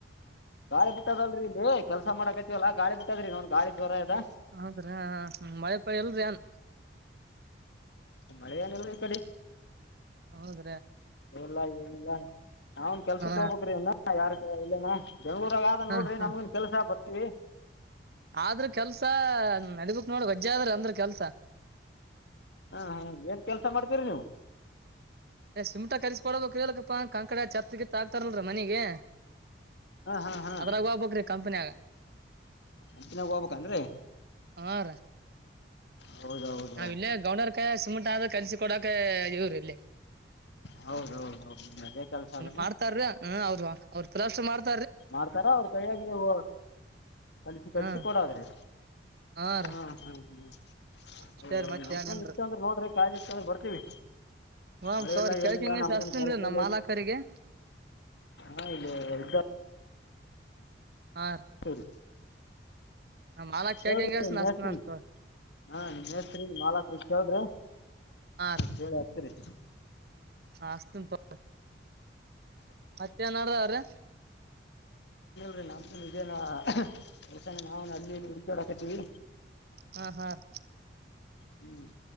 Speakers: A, on the left; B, on the right.
A: ಗಾಳಿ ಬಿಟ್ಟದಲ್ರಿ ಇಲ್ಲಿ ಕೆಲ್ಸ ಮಾಡಕೈತಿವಲ್ಲಾ ಗಾಳಿ ಬಿಟ್ಟದ್ರಿ ನೋನ್ ಗಾಳಿ ಜ್ವರ ಅದ.
B: ಹೌದ್ರ ಮಳೆ ಪಳಿ ಇಲ್ರಿ ಏನ್
A: ಮಳೆ ಏನ ಈ ಕಡೆ.
B: ಹೌದ.
A: ಇಲ್ಲ ಏನಿಲ್ಲ ನಾವನ್ ಕೆಲ್ಸಕ್
B: ಹಾ
A: ಹೋಗಬಕ್್ರ ಇನ್ನ ಯಾರ ಇಲ್ಲನಾ. ಬೆಂಗಳೂರಗ ಆದ
B: ಹಾ
A: ನೋಡ್ರ
B: ಹಾ
A: ನಮಗನ್ ಕೆಲಸ ಬ. ಹ್ಮ.
B: ಆದ್ರ ಕೆಲ್ಸ ನಡಬೇಕಕ್ ನೋಡ ವಜ್ಜೆ ಆದ್ರ ಅಂದ್ರ ಕೆಲ್ಸ.
A: ಹಾ ಹಾ ಏನ್ ಕೆಲ್ಸ ಮಾಡ್ತೀರಿ ನೀವು.
B: ಶ ಸಿಮಟಾ ಕರ್ಸ್ಕೊಡಬೇಕ ಇರಕಪ್ಪ ಕಂಕಡ ಚಛತ್ಗಿತ್ ಹಾಕ್ತಾರಲ್ರ ಮನಗೆ.
A: ಹಾ ಹಾ ಹಾ
B: ಅದ್ರಾಗ ಹೋಗ್ಬಕ್್ರೀ ಕಂಪನಿಯಾಗ
A: ಕಂಪ್ನ್ಯಾಗ ಹೋಗ್ಬೇಕನ್ರಿ
B: ಹಾ ರೀ.
A: ಹೌದೌದೌದು
B: ನಾವ ಇಲ್ಲೇ ಗೌಂಡರಕಾಯಿ ಸುಮಂಟ್ ಆದ ಕಲ್ಸಿಕ ಕೊಡಕ ಇದ್ರಿ ಇಲ್ಲಿ
A: ಹೌದೌದು ಹೌದು ಅದೇ ಕೆಲ್ಸ ಅದನ್ನ
B: ಮಾಡ್ತಾರ್ರಿ ಹ ಹೌದ್ವಾ. ಅವ್ರ ತಾ್ರ.
A: ಮಾಡ್ತಾರ ಅವ್ರ ಕೈಯಾಗಿ ನೀವು ಕಲಸ ಕಲಸ
B: ಹಾ
A: ಕೊಡಾದ್ರೆ
B: ಹಾ ರೀ
A: ಹ್ಮ ಹ್ಮ್ ಹ್ಮ್.
B: ಅಷ್ಟೇ
A: ಹೌದ
B: ರೀ ಮತ್ತೇನಿಲ್ರಿ
A: ನಮಗ ಇತ್ತುಂದ್ರೆ ನೋಡ್ರಿ ಕ್ದ್ ಇತ್ತುಂದ್ರೆ ಬರ್ತೀವಿ
B: ಹ್ಮ್
A: ಮಳೆ
B: ತೋರಿ
A: ಇಲ್ಲ
B: ಕೇಳ್ಕಂಗೆ
A: ಏನಿಲ್ಲ ನಮಗನ್
B: ಹಚ್ತೀನ್ರಿ
A: ಕೆಲಸ
B: ನಮ್
A: ಇಲ್ಲ
B: ಮಾಲಾಕರಿಗೆ
A: ಇಲ್ಲಿ ಹ ಇಲ್ಲಿ ಇದ್ದ.
B: ಹಾ
A: ಹರಿ.
B: ನಾ ಮಾಲಕ್
A: ಕೇಳ್ರಿ
B: ಕೇಳ್ಕಂಗಸ ಹಸ್ತನನ್
A: ಮೇಸ್ತ್ರಿ
B: ತೋ
A: ಹಾ ಮೇಸ್ತ್ರಿ ಮಾಲತ್ೀ ಕೇಳ್ರಿ ಹಾ
B: ಹಾ
A: ಕೇಳಿ ಹಕ್ತರಿೇನ್
B: ಹಸ್ತನ್ ತೋ ಮತ್ತೇನಡ್ದಾವ್ರೀ
A: ಹೇಳಿ ನಾನ್. ಇ ಇದೇನ ಕೆಲ್ಸಾನ ನಾವವು ಅಲ್ಲಿ ಹುಡುಕಿಯೋರ ಹಾಕತವಿ.
B: ಹಾ ಹಾ ರ.
A: ಹ್ಮ್.